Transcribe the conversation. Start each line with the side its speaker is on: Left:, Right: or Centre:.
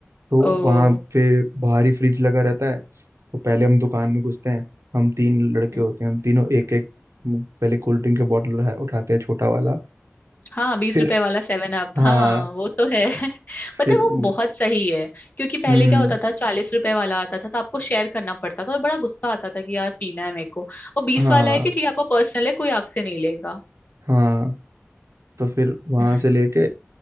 Right: तो
Left: ओ
Right: वहाँ पे बाहर ही फ्रिज लगा रहता है तो पहले हम दुकान में घुसते हैं हम तीन लड़के
Left: हम्म,
Right: होते हैं हम तीनों एक एक पहले कोल्ड ड्रिंक के बॉटल उठा- उठाते हैं छोटा वाला
Left: हाँ बीस
Right: फिर
Left: रुपए वाला सेवन अप
Right: हाँ
Left: हाँ वो तो है <laughs>
Right: फिर
Left: पता है वो
Right: वो-
Left: बहुत सही है क्योंकि पहले
Right: हम्म
Left: क्या होता था चालीस रुपए वाला आता था तो आपको शेयर करना पड़ता था और बड़ा गुस्सा आता था कि यार पीना है मेरे को और बीस
Right: हाँ
Left: वाला है कि ठीक है आपका पर्सनल है कोई आपसे नहीं लेगा
Right: हाँ तो फिर वहां
Left: हम्म
Right: से लेके